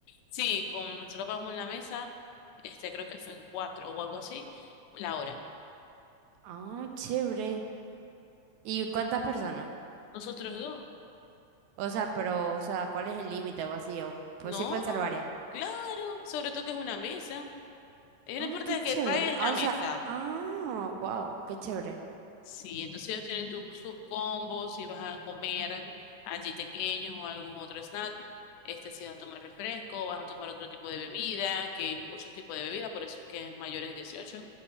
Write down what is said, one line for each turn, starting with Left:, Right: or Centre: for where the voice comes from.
Left: Sí, con, nosotros pagamos en la mesa, este creo que fue en cuatro o algo así, la hora.
Right: Ah, chévere. ¿Y cuántas personas?
Left: Nosotros dos.
Right: O sea, pero, o sea, ¿cuál es el límite o así? O, pues
Left: No,
Right: sí pueden ser varias.
Left: claro, sobre todo que es una mesa. Ellos
Right: Ay,
Left: no importa
Right: qué chévere.
Left: que pagues
Right: Ah,
Left: la
Right: o
Left: mesa.
Right: sea, ah, wow, qué chévere.
Left: Sí, entonces ellos tienen tu- sus combos, si vas a comer allí pequeños o algún otro snack, este si vas a tomar refresco, vas a tomar otro tipo de bebida, que hay muchos tipos de bebidas, por eso es que es mayores de 18.